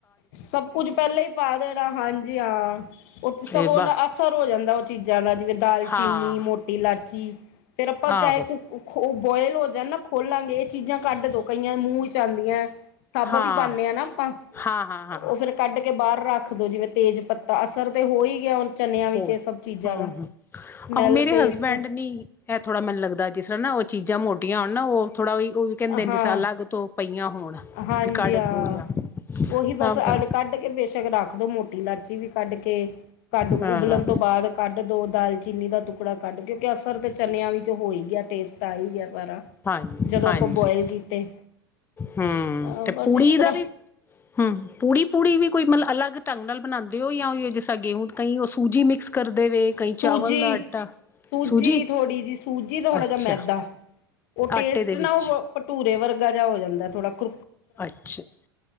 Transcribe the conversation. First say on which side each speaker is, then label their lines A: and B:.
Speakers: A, on the left; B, on the left.
A: ਸਭ ਕੁਝ, ਪਹਿਲਾਂ ਹੀ ਪਾ ਦੇਣਾ। ਹਾਂਜੀ, ਹਾਂ। ਉਹ
B: ਤੇ
A: ਸਗੋਂ, ਉਹ
B: ਬਸ
A: ਦਾ ਅਸਰ ਹੋ ਜਾਂਦਾ। ਉਹ ਚੀਜ਼ਾਂ ਦਾ, ਜਿਵੇਂ ਦਾਲਚੀਨੀ
B: ਹਾਂ
A: ਮੋ ਟੀ ਇਲਾਚੀ, ਫੇਰ ਆਪਾਂ
B: ਆਹੋ
A: ਚਾਹੇ ਬੋਇਲ ਹੋ ਜਾਣ ਨਾ ਖੋਲਾਂਗੇ, ਇਹ ਚੀਜ਼ਾਂ ਕੱਢ ਦੋ ਕਈਆਂ ਨੂ ਮੂੰਹ ਚ ਆਉਂਦੀਆਂ। ਸਭਤ
B: ਹਾਂ
A: ਹੀ ਪਾਨੇ, ਆ ਨਾ ਆਪਾਂ।
B: ਹਾਂ। ਹਾਂ
A: ਉਹ ਫੇਰ, ਕੱਢ ਕੇ ਬਾਹਰ ਰੱਖ ਦੋ। ਜਿਵੇਂ ਤੇਜ਼ ਪੱਤਾ ਅਸਰ ਤੇ, ਹੋ ਹੀ ਗਿਆ ਹੁਣ ਚਨਿਆਂ ਵਿੱਚ
B: ਹੋਰ
A: ਇਹ ਸਭ ਚੀਜ਼ਾਂ
B: ਹੂ-ਹੂ,
A: ਦਾ ਸਮੈਲ
B: ਔਰ ਮੇਰੇ
A: ਟੇਸਟ
B: ਹਸਬੈਂਡ ਨੀ ਇਹ ਥੋੜਾ ਮੈਨੂੰ ਲੱਗਦਾ। ਜਿਸ ਤਰਾਂ ਨਾ ਉਹ, ਚੀਜ਼ਾਂ ਮੋਟੀਆਂ ਹੋਣ ਨਾ। ਉਹ ਥੋੜਾ ਉਹੀ-ਉਹ ਵੀ, ਕਹਿੰਦੇ
A: ਹਾਂ
B: ਜਿਸ ਅਲੱਗ ਤੋਂ ਪਈਆਂ ਹੋਣ
A: ਹਾਂਜੀ
B: ਵੀ ਕੱਢ
A: ਹਾਂ।
B: ਦੋ ਜਾਂ
A: ਉਹੀ
B: ਸਭ
A: ਬਸ ਅ
B: ਦਾ
A: ਕੱਢ ਕੇ ਬੇ ਰੱਖ ਦੋ ਮੋਟੀ ਇਲਾਚੀ ਵੀ ਕੱਢ ਕੇ, ਕੱਢ ਉਬਲਣ
B: ਹਾਂ
A: ਤੋਂ ਬਾਅਦ ਕੱਢ ਦੋ ਦਾਲਚੀਨੀ ਦਾ ਟੁਕੜਾ ਕੱਢ, ਕਿਉਂਕਿ ਅਸਰ ਤਾਂ ਚਨਿਆਂ ਵਿੱਚ ਹੋ ਹੀ ਗਿਆ। ਟੇਸਟ ਆ ਹੀ ਗਿਆ ਸਾਰਾ।
B: ਹਾਂਜੀ
A: ਜਦੋਂ
B: ਹਾਂਜੀ
A: ਆਪਾਂ ਬੋਆਇਲ ਕੀਤੇ।
B: ਹੂੰ,
A: ਅਹ
B: ਤੇ
A: ਬਸ
B: ਪੁੂੜੀ
A: ਇਸ ਤਰ੍ਹਾਂ
B: ਦਾ ਵੀ ਹੂੰ। ਪੂੜੀ, ਪੂੜੀ ਵੀ ਕੋਈ, ਮਤਲਬ ਅਲੱਗ ਢੰਗ ਨਾਲ ਬਣਾਉਂਦੇ ਓ। ਜਾਂ ਜਿਸ ਤਰਾਂ ਗੇਹੂ, ਕਈ ਉਹ ਸੂਜੀ ਮਿਕਸ ਕਰਦੇ ਵੇ ਕਈ
A: ਸੂਜੀ-ਸੂਜੀ
B: ਚਾਵਲ ਦਾ ਆਟਾ ਸੂਜੀ
A: ਥੋੜੀ ਜੀ, ਸੂਜੀ ਥੋੜਾ
B: ਅੱਛਾ
A: ਜਿਹਾ ਮੈਦਾ। ਉਹ ਟੇਸਟ
B: ਆਟੇ ਦੇ
A: ਨਾ।
B: ਵਿੱਚ
A: ਉਹ ਭਟੂਰੇ ਵਰਗਾ, ਜਿਹਾ ਹੋ ਜਾਂਦਾ। ਥੋੜਾ ਕਕ
B: ਅੱਛਾ-